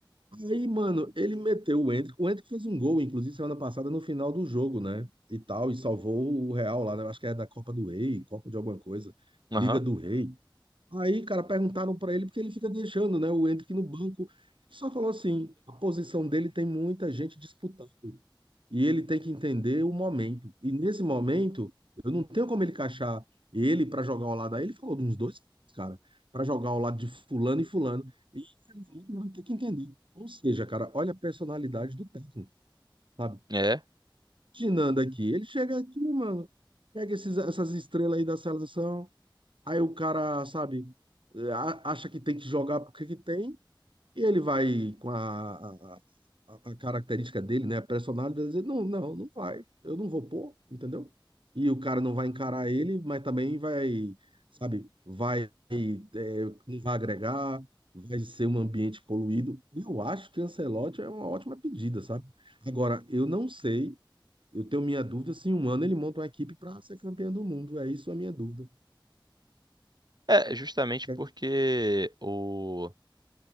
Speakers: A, on the right; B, on the right.
A: Aí, mano, ele meteu o Endrick. O Endrick fez um gol, inclusive, semana passada, no final do jogo, né? E tal, e salvou o Real lá, né? Acho que é da Copa do Rei, Copa de alguma coisa,
B: Aham.
A: Liga do Rei. Aí, cara, perguntaram pra ele porque ele fica deixando, né, o Endrick no banco. Ele só falou assim: a posição dele tem muita gente disputando e ele tem que entender o momento. E nesse momento, eu não tenho como ele encaixar ele para jogar ao lado. Aí ele falou de uns dois, cara, para jogar ao lado de fulano e fulano. E infelizmente ele vai ter que entender. Ou seja, cara, olha a personalidade do técnico, sabe?
B: É.
A: Imaginando aqui, ele chega aqui, mano, pega esses, essas estrelas aí da seleção, aí o cara, sabe, eh, a- acha que tem que jogar porque que tem, e ele vai com a, a a, a característica dele, né? A personalidade, vai dizer, não, não, não vai. Eu não vou pôr, entendeu? E o cara não vai encarar ele, mas também vai, sabe, vai, é, não vai agregar, vai ser um ambiente poluído. Eu acho que Ancelotti é uma ótima pedida, sabe? Agora, eu não sei, eu tenho minha dúvida se em um ano ele monta uma equipe para ser campeão do mundo. É isso a minha dúvida.
B: É, justamente
A: Certo?
B: porque o...